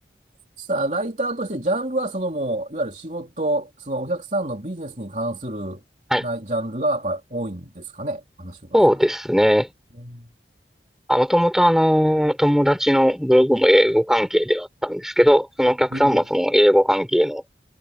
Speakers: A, on the right (about 40°); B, in the centre.
A: さあライターとしてジャンルはそのもう、いわゆる仕事、そのお客さんのビジネスに関するなジャンルがやっぱり多いんですかね。
B: はい。
A: 話を伺わせると。
B: そうですね。
A: うん
B: あ、もともとあの、友達のブログも英語関係ではあったんですけど、そのお客さんもその英語関係の
A: 英語。